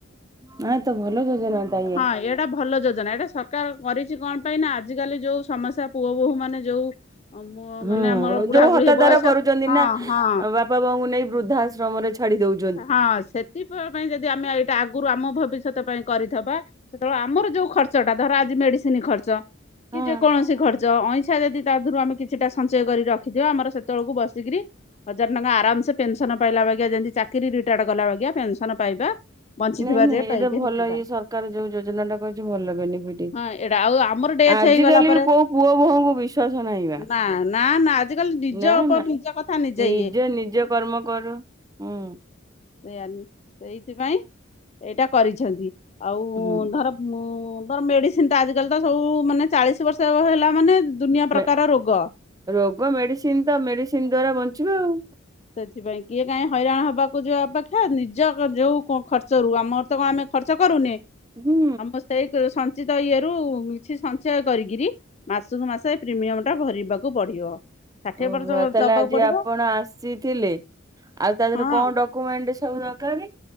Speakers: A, on the right; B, on the left.
A: ନାଇଁ ତ ଭଲ ଯୋଜନା ଟା ଇଏ
B: ହଁ ଏଇଟା ଭଲ ଯୋଜ ଯୋଜନା ଏଇଟା ସରକାର କରିଛି କଣ ପାଇଁ ନା ଆଜିକାଲି ଯେଉଁ ସମସ୍ୟା ପୁଅ ବୋହୁ ମାନେ ଯୋଉ ମୁଁ
A: ହୁଁ
B: ମାନେ ଆମର ବୁଢା
A: ଯୋଉ
B: ବୁଢୀ
A: ହତାଦାର
B: ବୟସ
A: କରୁଛନ୍ତି
B: ହଁ
A: ନା
B: ହଁ
A: ବାପା ବାଉଙ୍କୁ ନେଇ ବୃଦ୍ଧାଶ୍ରମରେ ଛାଡି ଦଉ
B: ହଁ ସେଥିପ ପାଇଁ ଯଦି ଆମେ ଏଇଟା ଆଗରୁ ଆମ ଭବିଷ୍ୟତ ପାଇଁ କରିଥବା ସେତେବେଳେ ଆମର ଯୋଉ ଖର୍ଚ୍ଚଟା ଧର ଆଜି ମେଡିସିନ ଖର୍ଚ୍ଚ
A: ହଁ
B: କି ଯେ କୌଣସି ଖର୍ଚ୍ଚ ଅଇଁ ଛା ଯଦି ତାଧରୁ ଆମେ କିଛିଟା ସଞ୍ଚୟ କରି ରଖିଥିବା ଆମର ସେତେବେଳକୁ ବସିକିରି ହଜାର ଟଙ୍କା ଆରାମସେ ପେନସନ୍ ନ ପାଇଲା ବାଗିଆ ଯେମିତି ଚାକିରି ରିଟାଡ କଲା ବାଗିଆ ପେନସନ୍ ପାଇବା ବଞ୍ଚିଥିବା
A: ନାଇଁ ନାଇଁ
B: ଯେ
A: ଏଇଟା
B: ପାଇକି
A: ଭଲ
B: ଯିବା
A: ଇଏ ସରକାର ଯୋଉ ଯୋଜନା ଟା କରଚି ଭଲ ବେନିଫିଟି।
B: ହଁ ଏଇଟା ଆଉ ଆମର ଡେଥ୍
A: ଆଜିକାଲି
B: ହେଇଗଲା ପରେ
A: ବି କୋଉ ପୁଅ ବୋହୁ ଙ୍କୁ ବିଶ୍ଵାସ ନହିଁବା
B: ନା ନା ନା ଆଜିକାଲି ନିଜ
A: ନା
B: ଉପରେ
A: ନା
B: ନିଜ କଥା
A: ନିଜେ
B: ଇଏ
A: ନିଜେ କର୍ମ କରୁ ହୁଁ।
B: ସେୟା ସେଇଥିପାଇଁ ଏଇଟା କରିଛନ୍ତି ଆଉ
A: ହୁଁ
B: ଧର ମୁଁ ମୁଁ ତ ମେଡିସିନଟା ଆଜିକାଲି ତ ସବୁ ମାନେ ଚାଳିଶି ବର୍ଷ ହେଲା ବ ମାନେ ଦୁନିଆ ପ୍ରକାର
A: ମେ
B: ରୋଗ।
A: ରୋଗ ମେଡିସିନ ତ ମେଡିସିନ ଦ୍ଵାରା ବଞ୍ଚିବା ଆଉ।
B: ସେଥିପାଇଁ କିଏ କାହିଁ ହଇରାଣ ହବାକୁ ଯିବ ଅପେକ୍ଷା ନିଜ ଯୋଉ ଖର୍ଚ୍ଚ ରୁ ଆମର ତ କଣ ଆମେ ଖର୍ଚ୍ଚ କରୁନେ
A: ହୁଁ
B: ଆମ ସେଇ ସଂ ନିିତ ଇଏରୁ କିଛି ସଞ୍ଚୟ କରିକିରି ମାସକୁ ମାସ ପ୍ରିମିୟମ ଟା ଭରିବାକୁ ପଡିବ। ଷାଠିଏ
A: ଓହୋ
B: ବର୍ଷ
A: ତାହେଲେ
B: ଦବାକୁ
A: ଆଜି
B: ପଡିବ
A: ଆପଣ ଆସି ଥିଲେ ଆଉ ତା
B: ହଁ
A: ଦେହରେ କଣ ଡକମେଣ୍ଟ ସବୁ ଦରକାର